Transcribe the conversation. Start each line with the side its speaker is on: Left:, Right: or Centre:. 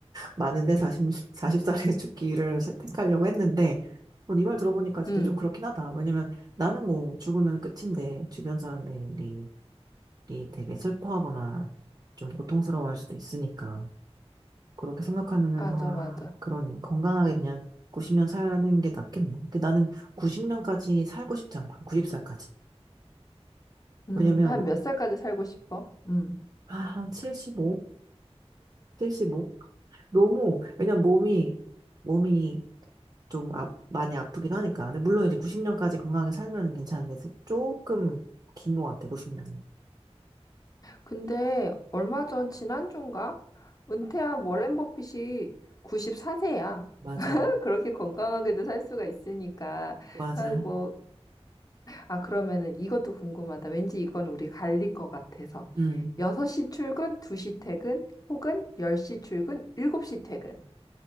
Right: 많은데 40, 40살에 <laughs> 죽기를 선택하려고 했는데, 어, 네말 들어보니까 진짜
Left: 응,
Right: 좀 그렇긴 하다. 왜냐면 나는 뭐 죽으면 끝인데, 주변 사람들이 되게 슬퍼하거나 좀 고통스러워할 수도 있으니까. 그렇게 생각하면은,
Left: 맞아,
Right: 아,
Left: 맞아.
Right: 그러네. 건강하게 그냥 90년 사는 게 낫겠네. 근데 나는 90년까지 살고 싶지 않고, 90살까지.
Left: 음,
Right: 왜냐면,
Left: 한 몇 살까지 살고 싶어? 음.
Right: 아, 한 75? 70, 75? 너무, 왜냐면 몸이, 몸이 좀 아, 많이 아프기도 하니까. 근데 물론 이제 90년까지 건강하게 살면 괜찮은데 조금 긴 것 같아, 90년이.
Left: 근데 얼마 전 지난주인가? 은퇴한 워렌 버핏이 94세야.
Right: 맞아,
Left: 그렇게 건강하게도 살 수가 있으니까
Right: 맞아.
Left: 아, 뭐 아, 그러면은 이것도 궁금하다. 왠지 이건 우리 갈릴 것 같아서.
Right: 응.
Left: 6시 출근, 2시 퇴근, 혹은 10시 출근, 7시 퇴근.